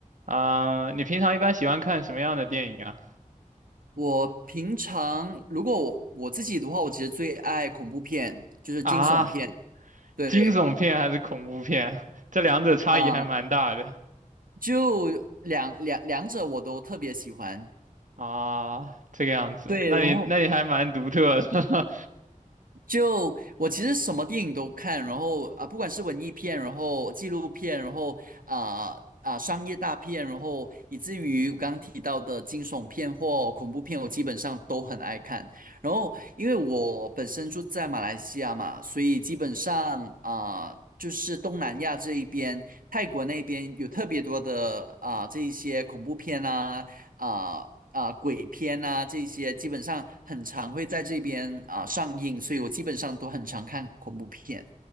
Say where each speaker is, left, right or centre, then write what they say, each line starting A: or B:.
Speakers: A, on the right (about 65°); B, on the right (about 80°).
A: 啊、你平常一般喜欢看什么样的电影啊？
B: 我平常如果我我自己的话，我其实最爱恐怖片，就是惊悚片。
A: 啊，
B: 对
A: 惊悚片还是恐怖片？这两者差异还蛮大的
B: 啊，就两两两者我都特别喜欢。
A: 啊。这个样子，
B: 对，
A: 那你那你还蛮独特的。
B: 然后就我其实什么电影都看，然后啊，不管是文艺片，然后纪录片，然后啊啊商业大片，然后以至于我刚刚提到的惊悚片或恐怖片，我基本上都很爱看。然后因为我本身住在马来西亚嘛，所以基本上啊。就是东南亚这一边，泰国那边有特别多的啊、这一些恐怖片啊啊、啊、鬼片啊这些，基本上很常会在这边啊、上映，所以我基本上都很常看恐怖片。